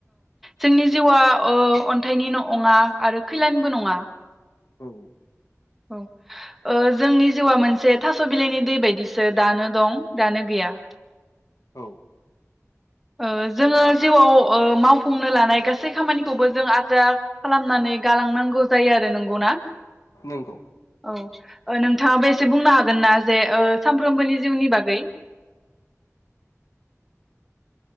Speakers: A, in the centre; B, on the left.
A: जोंनि जिउआ अन्थाइनि नङा आरो खैलनिबो नङा।
B: औ
A: ओ जोंनि जिउआ मोनसे थास' बिलाइनि दै बायदिसो दानो दं दानो गैया
B: औ
A: ओ जोङो जिउआव मावफुंनो लानाय गासै खामानिखौबो जों आद्रा खालामनानै गालांनांगौ जायो आरो नंगौना?
B: नंगौ
A: औ ओ नोंथाङाबो एसे बुंनो हागोन ना जे सानफ्रोमबोनि जिउनि बागै